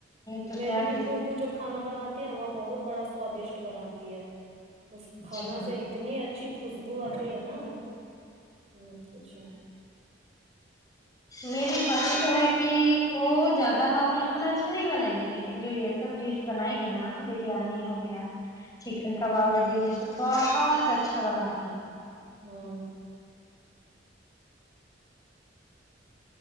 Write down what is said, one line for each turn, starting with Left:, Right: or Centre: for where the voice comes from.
Left: تو
Right: میری
Left: کیا
Right: بھی
Left: ٹسٹ
Right: پھوپھو جو کھانا بناتی ہے وہ بہت بڑا سوادشٹ بناتی ہے اس کے
Left: اچھا
Right: کھانا سے اتنی اچھی خوشبو آتی ہے نا مت پوچھئے
Left: میری بازی تو ہے کہ وہ زیادہ نارمل کھانا اچھا نہیں بنائے گی لیکن جو یہ سب ڈش بنائے گی نا بریانی ہوگی گیا چکن کباب ہڈی یہ سب بہت اچھا بناتی ہے
Right: ہاں